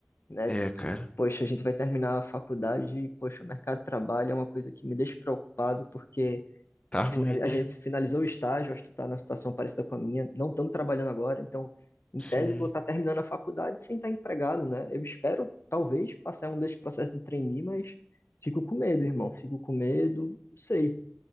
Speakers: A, on the left; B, on the left.
A: né?
B: É,
A: Tipo,
B: cara,
A: poxa, a gente vai terminar a faculdade e, poxa, o mercado de trabalho é uma coisa que me deixa preocupado, porque
B: tá ruim,
A: finali-
B: né?
A: a gente finalizou o estágio, acho que tu tá numa situação parecida com a minha, não estamos trabalhando agora, então, em
B: Sim,
A: tese, eu vou estar terminando a faculdade sem estar empregado, né? Eu espero, talvez, passar um desses processos de trainee, mas fico com medo, irmão, fico com medo, não sei.